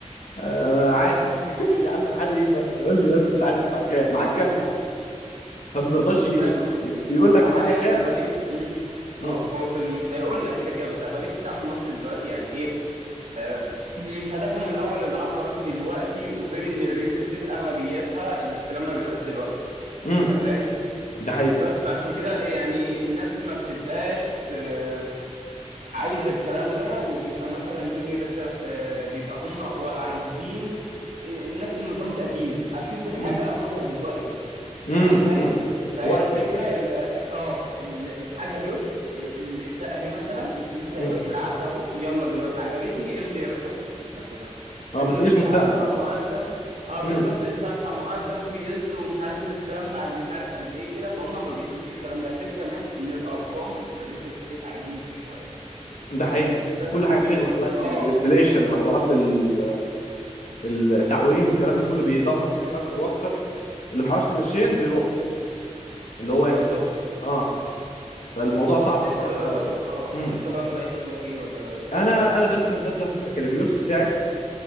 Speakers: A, on the left; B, on the right.
A: آه عادي <laughs> يا عم عادي ايه بس قول لي بس انت عايز تدفع كام معاك كام يا عم فما بيرضاش ي-
B: أيوه
A: ي- يقول
B: هو
A: لك
B: حاليا
A: معايا كام
B: أغلبية مم.
A: امم
B: اه هو في مش هيقول لك كده كده بس أغلبية الشعب المصري دلوقتي يعني إيه آه، مش هدفهم الاول العقارات دلوقتي وغير ان الريل استيت اغلبيتها الاستلام ما بيبقاش دلوقتي
A: امم
B: انت فاهم
A: ده حقيقي
B: بس فعشان كده يعني الناس ما بتبقاش آه، عايزه الكلام ده وبيبقى مثلا ايه يا باشا آه، بيبقى هم عايزين آه، نفس النظام القديم اشوف الحاجه
A: مم.
B: اخدها دلوقتي
A: مم.
B: تمام فاهم
A: مم.
B: فهي
A: وقتي
B: الفكره ال- اه ال- الحاجه اهي ال- الشقه اهي مثلا الفلوس اهي
A: مم.
B: العقد اهو يلا دلوقتي عجبتني امضي يا باشا خد فلوسك وبس
A: ما,
B: لكن
A: ما تقوليش
B: لسه
A: مستقبل
B: هدفع
A: بقى
B: مقدم اه بالظبط
A: مم.
B: لسه هدفع مقدم في قسط ومش عارف الاستلام بعد مش عارف قد ايه كده فهم ما بيحبوش الكلام ده غير كمان ان الارقام في الريل استيت عجيبه شويه يعني
A: ده حقيقي
B: بس
A: وكل
B: اوكي
A: حاجه بتغلى دلوقتي
B: اه
A: والانفليشن وحوارات ال- التعويم والكلام ده كله بيدمر الدنيا اكتر واكتر اللي محوش له قرشين بيروحوا اللي هو
B: بالظبط
A: يعني اه فالموضوع صعب الصراحه
B: انت بقى
A: برضه يعني
B: اه
A: مم.
B: انت بقى طبيعه شغلك ايه ولا ما بتشتغلش
A: انا انا درست
B: ولا ايه
A: هندسه بكالوريوس بتاعي